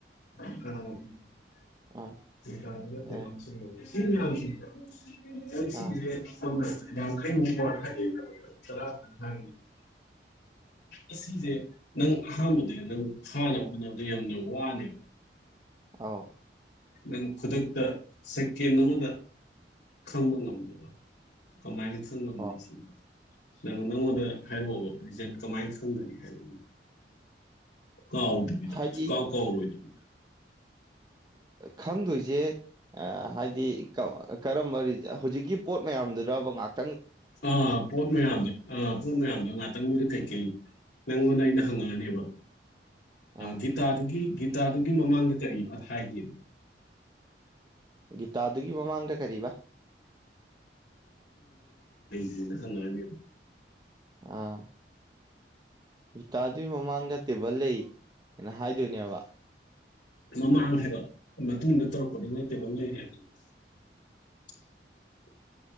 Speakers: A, on the left (about 70°); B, on the right (about 25°).
A: ꯇꯗꯁꯨ
B: ꯑꯥ
A: ꯁꯤ꯭ꯔꯥ
B: ꯑꯦ
A: ꯈꯩꯅꯣꯔ
B: ꯑꯥ
A: ꯆ ꯍꯥꯏ ꯑꯁꯤꯁꯦ ꯅꯪ ꯑꯍꯥꯟꯕꯗ ꯅꯪ ꯐꯥꯅꯕ ꯍꯣꯠꯅꯕꯗ ꯌꯥꯝꯅ ꯋꯥꯅꯦꯕ
B: ꯑꯥꯎ
A: ꯅꯪ ꯈꯨꯗꯛꯇ ꯁꯦꯀꯦꯟ ꯑꯃꯗ ꯈꯪꯕ ꯉꯝꯗꯕ ꯀꯃꯥꯏꯅ ꯊ ꯉꯗ
B: ꯑꯣ
A: ꯁꯗ ꯅꯪ ꯅꯪꯉꯣꯟꯗ ꯍꯥꯏꯔꯛꯑꯣꯕ ꯔꯤꯖꯟ ꯀꯃꯥꯏꯅ ꯈꯪꯒꯅꯤ ꯍꯥꯏꯔꯛꯎ ꯀꯥꯎꯗꯕꯤꯗ
B: ꯍꯥꯏꯗꯤ
A: ꯀꯥꯎ ꯀꯥꯎꯔꯣꯏꯗꯕꯤꯗ
B: ꯈꯪꯗꯣꯏꯁꯦ ꯍꯥꯏꯗꯤ ꯀꯔꯝꯕ ꯍꯧꯖꯤꯛꯀꯤ ꯄꯣꯠ ꯃꯌꯥꯝꯗꯨꯗ ꯉꯥꯛ
A: ꯑꯥ ꯄꯣꯠ ꯃꯌꯥꯝꯗ ꯑꯥ ꯄꯣꯠ ꯃꯌꯥꯝꯗ ꯉꯥꯛ ꯈꯤꯇꯪꯗꯨꯗ ꯀꯩꯀꯩ ꯅꯪꯉꯣꯟꯗ ꯑꯩꯅ ꯍꯪꯉꯛꯑꯅꯦꯕ
B: ꯑꯥ
A: ꯒꯤꯇꯥꯗꯨꯒꯤ ꯒꯤ ꯍꯞꯇꯥꯗꯨꯒꯤ ꯃꯃꯥꯡꯗ ꯀꯔꯤ ꯍꯥꯏꯒꯦꯅ
B: ꯒꯤꯇꯥꯗꯨꯒꯤ ꯃꯃꯥꯡꯗ ꯀꯔꯤꯕ
A: ꯣ
B: ꯑꯥ ꯎꯇꯥꯗꯨꯒꯤ ꯃꯃꯥꯡꯗ ꯇꯦꯕꯜ ꯂꯩ ꯍꯥꯏꯅ ꯍꯥꯏꯗꯣꯏꯅꯦꯕ
A: ꯃꯃꯥꯡ ꯍꯥꯏꯕ ꯃꯇꯨꯡꯗ ꯇꯧꯔꯛꯄꯗꯨꯅ ꯇꯦꯕꯜ ꯂꯩꯔꯦꯗꯅ <unintelligible>